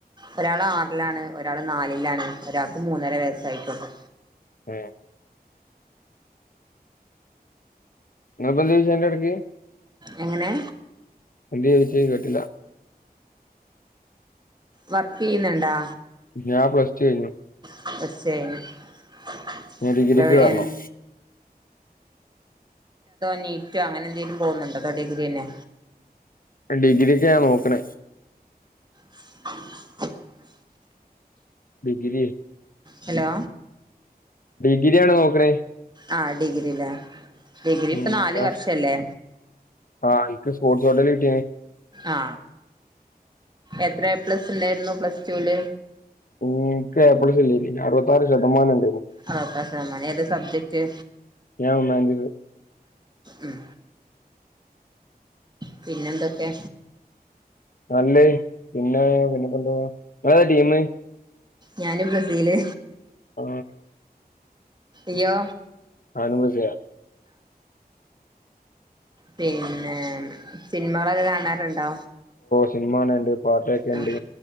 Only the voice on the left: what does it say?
ആ <inaudible>
എന്ത് ചോയിച്ചേ കേട്ടില്ല
ഞാൻ പ്ലസ്ടു കഴിഞ്ഞു
ഇനി ഡിഗ്രിക്ക്
കേറണം
ഡിഗ്രിയ്ക് ഞാൻ നോക്കണേ
ഡിഗ്രി
ഡിഗ്രിയാണ് നോക്കണേ
ഉം
ഞാൻ
ആ <unintelligible>
മ്മ് എനിക് എ പ്ലസ് അറുപത്താറ് ശതമാനം ഉണ്ട്
ഞാൻ ഹ്യൂമാനിറ്റീസ്
നല്ലേ പിന്നെ പിന്നെ ഇപ്പാന്താ നിങ്ങ ഏതാ ടീം
ആ
ഞാനും ബ്രസീല്ല
സിനിമകാണാറുണ്ട് പാട്ട് കേൾക്കായുണ്ട്